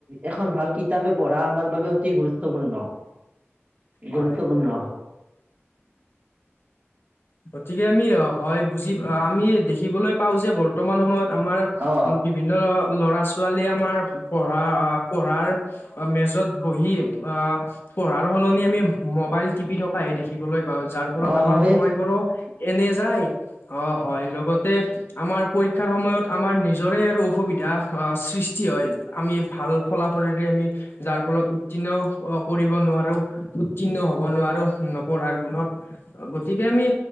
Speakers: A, on the right (about 35°); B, on the left (about 55°).
A: এখন ভাল কিতাপে পঢ়া আমাৰ বাবে অতি গুৰুত্ব গুৰুত্বপূৰ্ণ, গুৰুত্বপূৰ্ণ
B: হয়
A: উ।
B: গতিকে আমি অ হয় বুজি আমি দেখিবলৈ পাও যে, বৰ্তমান সময়ত আমাৰ
A: অ
B: বিভিন্ন ল ল'ৰা ছোৱালীয়ে আমাৰ পঢ়া পঢ়াৰ মেজত বহি আহ পঢ়াৰ সলনি আমি মবাইল টিপি থকাহে দেখিবলৈ পাওঁ। যাৰ ফলত
A: অ
B: আমাৰ
A: হয়
B: সময়বোৰো এনে যায়, অ হয় লগত তে আমাৰ পৰীক্ষাৰ সময়ত আমাৰ নিজৰে আৰু অসুবিধা সৃষ্টি হয়। আমি ভাল ফলাফলেৰে আমি যাৰ ফলত উত্তীৰ্ণ কৰিব নোৱাৰো, উত্তীৰ্ণ হব নোৱাৰো নপঢ়াৰ গুণত। অ গতি কে যদি আমি